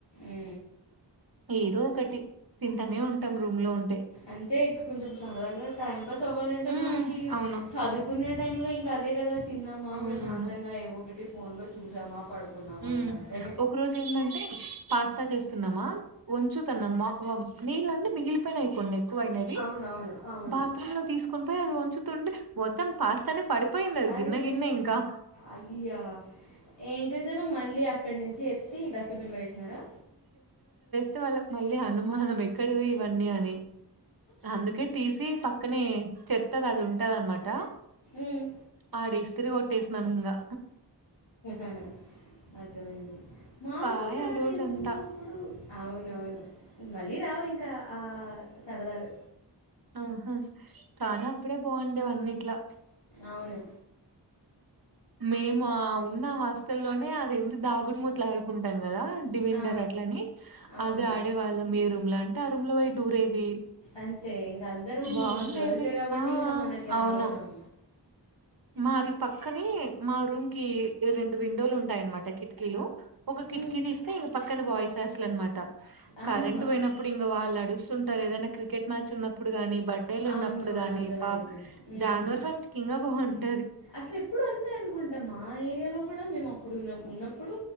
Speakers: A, on the left; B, on the right.
A: ఊ
B: ఏదో ఒకటి తింటనే ఉంటాం రూమ్ లో ఉంటే
A: అంతే ఇంకా కొంచెం సరదాగా టైం పాస్ అవ్వాలంటే
B: ఉమ్
A: మనకి
B: అవును
A: చదువుకునే టైమ్ లో ఇంకా అదే కదా తిన్నామా
B: అవునవును
A: ప్రశాంతంగా ఏవో ఒకటి ఫోన్ లో చూసామా పడుకున్నామా
B: ఊ
A: ఇంకంతే.
B: ఒక రోజు ఏంటంటే పాస్తా చేస్తున్నామా ఉంచుతనం మ వా నీళ్లన్ని మిగిలిపోయినయి క్కువైనవి
A: అవునవును. అవును.
B: బాత్రూమ్ లో తీసుకుొని పోయి అది ఒంచుతుండే మొత్తం పాస్తానే పడిపోయింది అది
A: అరే
B: గిన్నె గిన్నె ఇంకా
A: అయ్యా ఏం చేసారు మళ్ళీ అక్కడి నుంచి ఎత్తి డస్ట్బిన్ లో వేసినారా
B: తు వాళ్ళకి మళ్ళీ అనుమానం ఎక్కడిది ఇవన్నీ అని అందుకే తీసి ప అక్కనే చెత్తది అది ఉంటంది అనమాట
A: ఉమ్.
B: ఆడేస్ సిరిగుట్టేసినమింగా
A: ఆహా అర్థమైంది మాకు
B: పాయే
A: కూడా
B: ఆ రోజంతా
A: నేను ఉన్నప్పుడు అవునవును మళ్ళీ రావు ఇంకా ఆ సరదాలు
B: ఆహా చాన అప్పుడే బాగుండేవన్నిట్లా
A: అవును
B: మేమ ఉన్న హాస్టల్లోనే అది ఏంది దాగుడుమూతలు ఆడుకుంటాం కదా డివిండర్
A: ఆ,
B: అట్లని
A: అవును
B: అది ఆడే వాళ్ళం మీ రూమ్ లో అంటే ఆ రూమ్ ల ఒయి దూరేది
A: అంతే ఇంకా అందరం
B: బాగుండేవి.
A: గల్సే కాబట్టి
B: ఆ
A: ఇంకా మనకి
B: అవును.
A: అనవసరం
B: మాది పక్కనే మా రూమ్ కి రెండు విండోలు ఉంటాయన్నమాట కిటికీలు ఒక కిటికీటి
A: ఉమ్,
B: తీస్తే ఇగ పక్కన బాయ్స్ హాస్టల్ అనమాట
A: ఆహాహా.
B: కరెంట్ పోయినప్పుడు ఇంకా వాళ్ళు అడుస్తుంటారు ఏదైనా క్రికెట్ మ్యాచ్ ఉన్నప్పుడు కానీ బర్త్డేలు ఉన్నప్పుడు
A: అవునవును
B: గాని
A: అర్థమైంది
B: ఇ పా
A: ఉమ్,
B: జానవర్ ఫస్ట్ కింగా బాగుండి
A: అసలు ఎప్పుడు అంతే అనుకుంట మా ఏరియాలో కూడా మేము అప్పుడున్నం ఉన్నప్పుడు